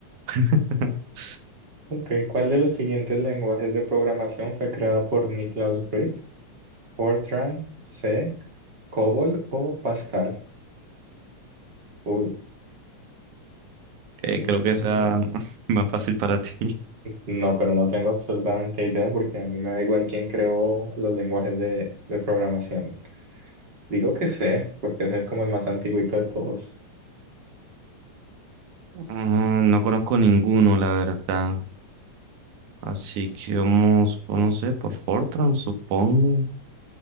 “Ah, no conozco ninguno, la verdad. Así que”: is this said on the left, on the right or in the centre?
Right